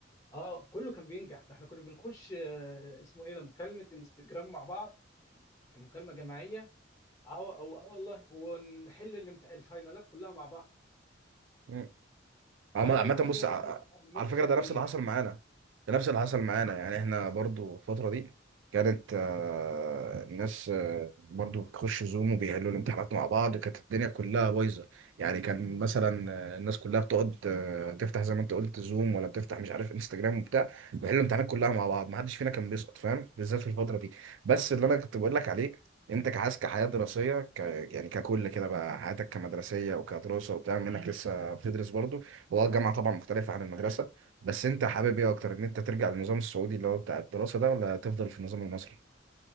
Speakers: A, on the left (about 15°); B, on the right (about 75°).
A: اه كله كان بينجح ده احنا كنا بنخش آه، اسمه ايه ده مكالمه انستجرام مع بعض يعني مكالمه جماعيه اه او اه والله ونحل الامتح- الفاينالات كلها مع بعض
B: اه عم-
A: اقل
B: عامة
A: واحد فينا
B: بص
A: جاب
B: ع-
A: 100%
B: على فكرة ده نفس اللي حصل معانا ده نفس اللي حصل معانا يعني احنا برضو الفترة دي كانت آه، الناس آه، برضو بتخش زوم وبيحلوا الامتحانات مع بعض كانت الدنيا كلها بايظة يعني كان مثلا آه، الناس كلها بتقعد آه، تفتح زي ما انت قلت زوم ولا بتفتح مش عارف انستجرام وبتاع بيحلوا الامتحانات كلها مع بعض ما حدش فينا كان بيسقط فاهم بالذات في الفترة دي بس اللي انا كنت بقول لك عليه انت كعايز كحياة دراسية ك... يعني ككل كده بقى حياتك كمدرسية وكدراسة وبتاع منك لسه بتدرس برضو هو الجامعة طبعا مختلفة عن المدرسة بس انت حابب ايه اكتر
A: بالظبط.
B: ان انت ترجع للنظام السعودي اللي هو بتاع الدراسة ده ولا تفضل في النظام المصري؟